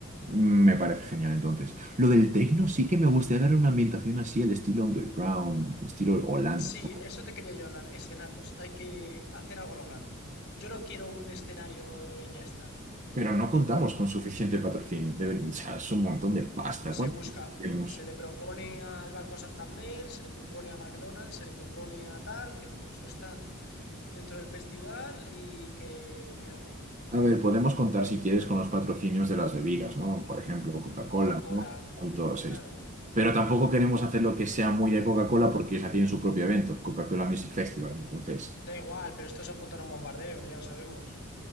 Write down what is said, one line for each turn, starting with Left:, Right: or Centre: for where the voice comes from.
Right: me parece genial entonces. Lo del techno sí que me gustaría dar una ambientación así al estilo underground, estilo Holanda.
Left: Sí,
Right: ¿no?
Left: eso te quería yo hablar, escenarios. Hay que hacer algo a lo grande. Yo no quiero un escenario y ya está.
Right: Pero no contamos con suficiente patrocinio. Debe- o sea, es un montón de pasta.
Left: Se
Right: ¿Cuánto
Left: busca,
Right: tenemos?
Left: se le propone al Banco Santander, se le propone a McDonald's, se le propone a tal, que tengan su stand dentro del festival y que lo financien.
Right: A ver, podemos contar si quieres con los patrocinios de las bebidas, ¿no? Por ejemplo, Coca-Cola,
Left: Coca-Cola,
Right: ¿no? Y todos
Left: claro.
Right: estos. Pero tampoco queremos hacer lo que sea muy de Coca-Cola porque ya tienen su propio evento, Coca-Cola Music Festival. Entonces,
Left: Da igual, pero esto es apuntar a un bombardeo, ya lo sabemos.